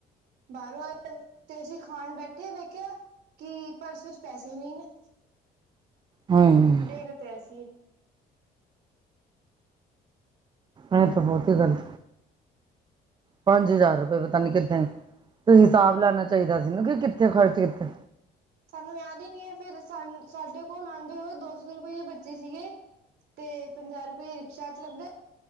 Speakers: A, on the right (about 75°); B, on the right (about 25°).
A: ਬਾਹਰੋਂ ਆਏ ਤੇ ਅਸੀਂ ਖਾਣ ਬੈਠੇ ਵੇਖਿਆ ਕਿ ਪਰਸ ਵਿਚ ਪੈਸੇ ਹੀ ਨਹੀਂ ਨੇ
B: ਹਮ
A: ਡੇਗ ਤੇ ਅਸੀ
B: ਇਹ ਤਾਂ ਬਹੁਤੀ ਗੱਲਤ ਪੰਜ
A: ਹਾਂ।
B: ਹਜ਼ਾਰ ਰੁਪਏ ਵ ਪਤਾ ਨੀ ਕਿੱਦੇਨ ਤੁਸੀਂ ਹਿਸਾਬ ਲੈਣਾ ਚਾਹੀਦਾ ਸੀ ਨ ਕਿ ਕਿੱਥੇ ਖਰਚ ਕੀਤੇ
A: ਸਾਨੂੰ ਯਾਦ ਹੀ ਨੀ ਹੈ ਫੇਰ ਸਾਨੂੰ ਸਾਡੇ ਕੋਲ ਆਉਂਦੇ ਹੋਏ ਦੋ ਸੋ ਰੁਪਏ ਰੁਪਏ ਬੱਚੇ ਸੀਗੇ ਤੇ ਪੰਜਾਹ ਰੁਪਏ ਰਿਕਸ਼ਾ ਚ ਲੱਗੇ